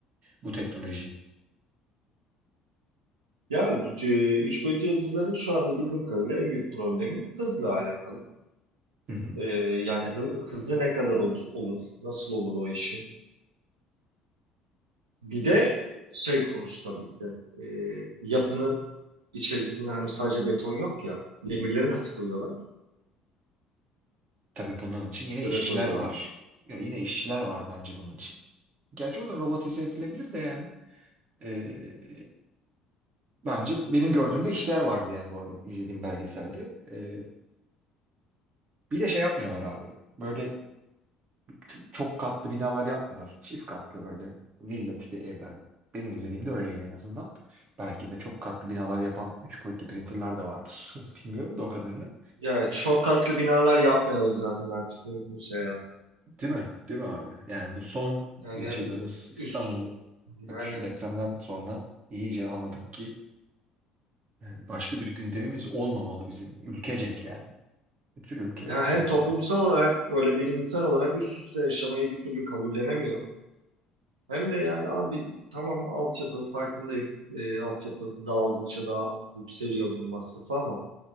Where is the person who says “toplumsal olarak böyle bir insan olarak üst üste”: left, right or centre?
Right